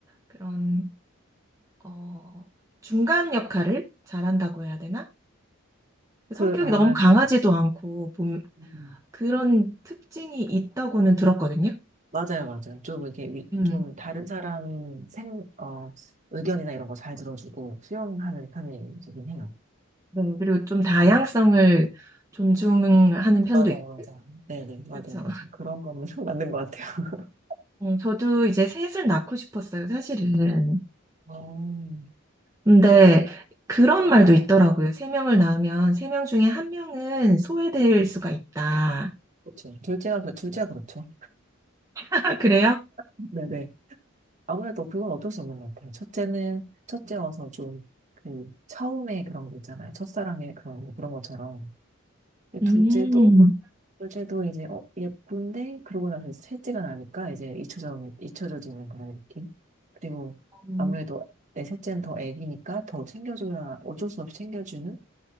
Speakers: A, on the right; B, on the right.
A: 그런 어 중간 역할을 잘한다고 해야 되나?
B: 그,
A: 성격이
B: 아,
A: 너무
B: 그,
A: 강하지도 않고 봄-
B: 음.
A: 그런 특징이 있다고는 들었거든요.
B: 맞아요, 맞아요. 좀 이렇게 위,
A: 음.
B: 좀 다른 사람 생, 어, 의견이나 이런 거 잘 들어주고 수용하는 편이긴 해요.
A: 네. 그리고 좀 다양성을
B: 음.
A: 존중하는 편도
B: 맞아요,
A: 있고.
B: 맞아요. 네네, 맞아요,
A: 그렇죠.
B: 맞아요. 그런 거는 <laughs> 맞는 것 같아요. <laughs>
A: 저도 이제 셋을 낳고 싶었어요, 사실은.
B: 어.
A: 근데 그런 말도 있더라고요. 세 명을 낳으면 세 명 중에 한 명은 소외될 수가 있다.
B: 그렇죠. 둘째가, 그- 둘째가 그렇죠.
A: <laughs> 그래요?
B: 네네. 아무래도 그건 어쩔 수 없는 것 같아요. 첫째는, 첫째여서 좀, 그, 처음에 그런 거 있잖아요. 첫사랑의 그런, 거, 그런 것처럼. 근데
A: 음,
B: 둘째도, 둘째도 이제, 어, 예쁜데, 그러고 나서 이제 셋째가 나니까 이제 잊혀져, 잊혀져지는 그런 느낌? 그리고
A: 음,
B: 아무래도 내 셋째는 더 애기니까 더 챙겨줘야, 어쩔 수 없이 챙겨주는